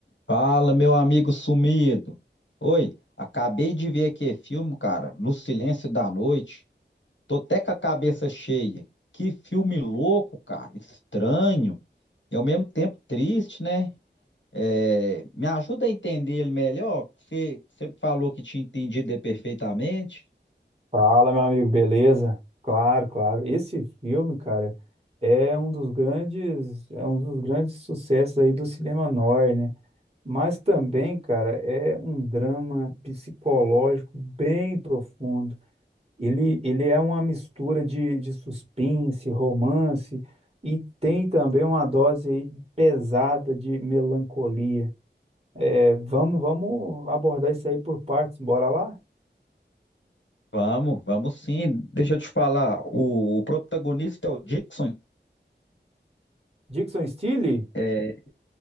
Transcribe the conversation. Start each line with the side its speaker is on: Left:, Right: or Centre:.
Left: Fala, meu amigo sumido. Oi, acabei de ver aqui filme, cara, No Silêncio da Noite. Tô até com a cabeça cheia. Que filme louco, cara, estranho e ao mesmo tempo triste, né? É, me ajuda a entender ele melhor. Você, você falou que tinha entendido ele perfeitamente.
Right: Fala, meu amigo, beleza? Claro, claro. Esse filme, cara, é um dos grandes, é um dos grandes sucessos aí do cinema noir, né? Mas também, cara, é um drama psicológico bem profundo. Ele, ele é uma mistura de, de suspense, romance e tem também uma dose aí pesada de melancolia. É, vamos, vamos abordar isso aí por partes. Bora lá?
Left: Vamos, vamos sim. Deixa eu te falar, o, o protagonista é o Dixon,
Right: Dixon Steele?
Left: é